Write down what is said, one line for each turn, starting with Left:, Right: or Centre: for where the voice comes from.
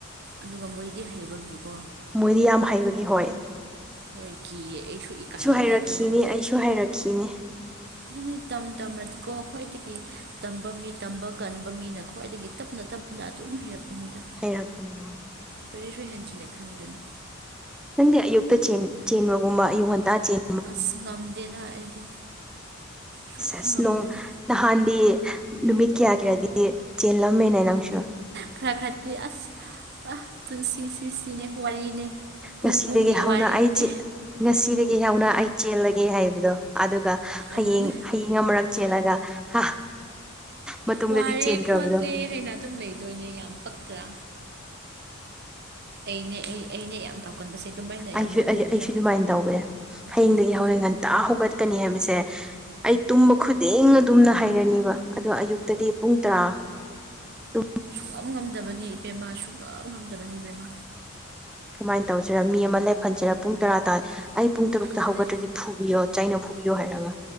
Right: ꯑꯗꯨꯒ ꯃꯣꯏꯗꯤ ꯍꯩꯕꯒꯤꯀꯣ
Centre: ꯃꯣꯏꯗꯤ ꯌꯥꯝ ꯍꯩꯕꯒꯤ ꯍꯣꯏ
Right: ꯍꯣꯏ ꯀꯤꯌꯦ ꯑꯩꯁꯨ ꯏꯀꯥꯏꯌꯦꯗ
Centre: ꯍꯩꯔꯛꯈꯤꯅꯤ
Right: ꯑꯗꯨꯃꯛꯇꯤ
Centre: ꯑꯩꯁꯨ ꯍꯩꯔꯛꯈꯤꯅꯤ
Right: ꯑꯗꯨꯅꯤ ꯇꯝ ꯇꯝꯔꯗꯤꯀꯣ ꯈ꯭ꯋꯥꯏꯗꯒꯤ ꯇꯝꯕ ꯃꯤ ꯇꯝꯕ ꯀꯟꯕ ꯃꯤꯅ ꯈ꯭ꯋꯥꯏꯗꯒꯤ ꯇꯞꯅ ꯇꯞ ꯅ ꯑꯗꯨꯝ ꯍꯩꯔꯛꯄꯅꯦꯗ
Centre: ꯍꯩꯔꯛꯄꯅꯤ ꯃꯣꯏ
Right: ꯀꯔꯤꯁꯨ ꯍꯦꯟꯖꯤꯟꯅ ꯈꯟꯒꯅꯨ
Centre: ꯅꯪꯗꯤ ꯑꯌꯨꯛꯇ ꯆꯦꯟ ꯆꯦꯟꯕꯒꯨꯝꯕ ꯑꯌꯨꯛ ꯉꯟꯇꯥ ꯆꯦꯟ
Right: ꯑꯁ ꯉꯝꯗꯦꯗ ꯑꯩꯗꯤ ꯁꯨꯡꯉꯝ
Centre: ꯁꯦꯁ
Right: ꯉꯝꯗꯔꯦ
Centre: ꯅꯣꯡ ꯅꯍꯥꯟꯗꯤ ꯅꯨꯃꯤꯠ ꯀꯌꯥꯒꯤꯔꯗꯤ ꯆꯦꯜꯂꯝꯃꯦꯅꯦ ꯅꯪꯁꯨ
Right: ꯈꯔ ꯈꯔꯗꯤ ꯑꯁ ꯑ ꯄꯨꯟꯁꯤ ꯁꯤ ꯁꯤꯅꯦ ꯋꯥꯔꯤꯅꯦ ꯄꯨꯡ
Centre: ꯉꯁꯤꯗꯒꯤ
Right: ꯄꯨꯡꯒꯤ
Centre: ꯍꯧꯅ
Right: ꯋꯥꯔꯤꯅꯦ
Centre: ꯑꯩ ꯆꯦ ꯉꯁꯤꯗꯒꯤ ꯍꯧꯅ ꯑꯩ ꯆꯦꯜꯂꯒꯦ ꯍꯥꯏꯕꯗꯣ ꯑꯗꯨꯒ ꯍꯌꯦꯡ
Right: ꯑꯗꯨꯅꯦ
Centre: ꯍꯌꯦꯡ <unintelligible> ꯃꯔꯛ ꯆꯦꯂꯒ ꯍꯥ꯫ ꯃꯇꯨꯡꯗꯗꯤ
Right: ꯋꯥꯔꯦ
Centre: ꯆꯦꯟꯗ꯭ꯔꯕꯗꯣ
Right: ꯈꯣꯠꯂꯦ ꯍꯥꯏꯅ ꯑꯗꯨꯝ ꯂꯩꯗꯣꯏꯅꯦ ꯌꯥꯝ ꯄꯛꯇ꯭ꯔꯥ ꯑꯩꯅꯦ ꯑꯩ ꯑꯩꯩꯅꯦ ꯌꯥꯝ ꯇꯧꯒꯟꯕꯁꯦ ꯑꯗꯨꯃꯥꯏꯅ
Centre: ꯑꯩꯁꯨ
Right: ꯌꯥꯝ ꯅꯣꯛꯅꯤꯡꯗ꯭ꯔꯥ
Centre: ꯑꯩꯁꯨ ꯑꯩꯁꯨ ꯑꯗꯨꯃꯥꯏꯅ ꯇꯧꯋꯦ ꯍꯌꯦꯡꯗꯒꯤ
Right: ꯎꯝ
Centre: ꯍꯧꯔꯦꯟ ꯉꯟꯇꯥ ꯍꯧꯒꯠꯀꯅꯤ ꯍꯥꯏꯕꯁꯦ ꯑꯩ ꯇꯨꯝꯕ ꯈꯨꯗꯤꯡꯅ ꯑꯗꯨꯝꯅ ꯍꯥꯏꯔꯅꯤꯕ ꯑꯗꯣ ꯑꯌꯨꯛꯇꯗꯤ ꯄꯨꯡ ꯇꯔꯥ ꯇꯨ
Right: ꯁꯨꯡꯉꯝ ꯉꯝꯗꯕꯅꯦ ꯏꯕꯦꯝꯃꯥ ꯁꯨꯡꯉꯝ ꯉꯝꯗꯕꯅꯦ ꯏꯕꯦꯝꯃꯥ
Centre: ꯀꯃꯥꯏꯅ ꯇꯧꯁꯤꯔꯥ ꯃꯤ ꯑꯃ ꯂꯦꯞꯍꯟꯁꯤꯔꯥ ꯄꯨꯡ ꯇꯔꯥ ꯇꯥ ꯑꯩ ꯄꯨꯡ ꯇꯔꯨꯛꯇ
Right: ꯑꯗꯨꯅꯦ
Centre: ꯍꯧꯒꯠꯇꯔꯗꯤ ꯐꯨꯕꯤꯌꯣ ꯆꯩꯅ ꯐꯨꯕꯤꯌꯣ ꯍꯥꯏꯔꯒ